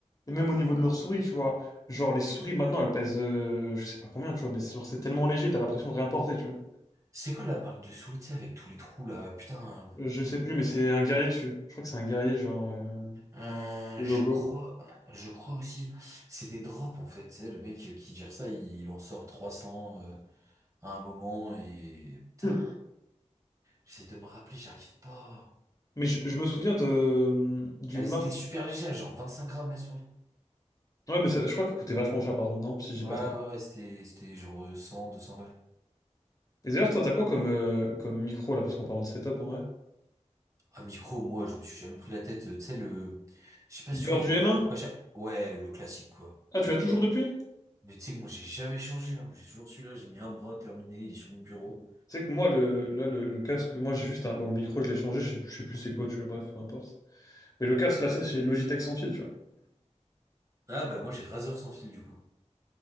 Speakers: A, on the left; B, on the right.
A: Et même au niveau de leurs souris, tu vois. Genre, les souris, maintenant, elles pèsent, euh, je sais pas combien, tu vois, mais c'est genre, c'est tellement léger, t'as l'impression de rien porter, tu vois.
B: C'est quoi la marque de souris, tu sais, avec tous les trous, là? Putain,
A: Euh, Je sais plus, mais c'est un guerrier dessus. Je crois que c'est un guerrier, genre, euh,
B: Euh,
A: le
B: je
A: logo.
B: crois, je crois aussi, c'est des drops en fait. tu sais, le mec euh, qui gère ça, il, il en sort 300 euh, à un moment et
A: <clears throat>
B: putain, j'essaie de me rappeler, j'arrive pas.
A: Mais je, je me souviens de, hum, d'une
B: Elles
A: marque.
B: étaient super légères, genre 25 grammes la souris.
A: Ouais, mais ça- je crois qu'elle coûtait vachement cher, par contre, non? Si j'ai
B: Ouais,
A: pas
B: ouais,
A: de conneries.
B: ouais, c'était, c'était genre euh, 100, 200 balles.
A: Et d'ailleurs, toi, t'as quoi comme, euh, comme micro là, parce qu'en parlant de setup en vrai?
B: Un micro, moi, je me suis jamais pris la tête. euh, Tu sais le, je sais pas
A: Beurre
B: si tu vois, il
A: du
B: y a un micro
A: m un.
B: coûte pas cher. Ouais, le classique quoi.
A: Ah, tu l'as toujours depuis?
B: Mais tu sais que moi j'ai jamais changé, hein. J'ai toujours celui-là, j'ai mis un bras terminé, il est sur mon bureau.
A: Tu sais que moi, le, là, le, le casque, moi j'ai juste un. Bon, le micro, je l'ai changé, je sais, je sais plus c'est quoi, tu vois, bref, peu importe. Mais le casque, là, c'est c'est le Logitech sans fil, tu vois.
B: Ah bah moi j'ai Razer sans fil du coup.